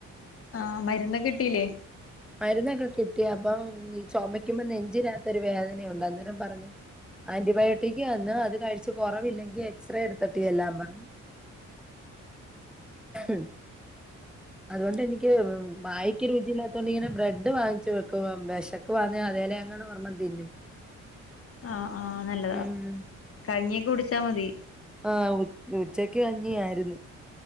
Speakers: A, on the left (about 50°); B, in the centre.
A: ആഹ് മര്ന്ന് കിട്ടീല്ലെ?
B: മര്ന്നൊക്കെ കിട്ടി. അപ്പം ഈ ചൊമക്കുമ്പം നെഞ്ചിനാത്തൊര് വേദനയുണ്ട് അന്നേരം പറഞ്ഞ് ആന്റിബയോട്ടിക്ക് തന്ന് അത് കഴിച്ചു കൊറവില്ലെങ്കി എക്സ്റേ എട്ത്തിട്ട് ചെല്ലാം പറഞ്ഞ്. ഉം അതോണ്ട് എനിക്ക് വായിക്ക് രുചിയില്ലാത്തോണ്ട് ഇങ്ങനെ ബ്രെഡ്‌ ഡ് വാങ്ങിച്ചു വെക്കുവാ വെഷക്കുവാന്നെ അതേലെ അങ്ങനെ ഒരെണ്ണം തിന്നും.
A: ആഹ് ആഹ് നല്ലതാ
B: ഉം
A: കഞ്ഞി ഒക്കെ കുടിച്ചാ മതി
B: ആഹ് ഉച്ചക്ക് കഞ്ഞിയായിരുന്നു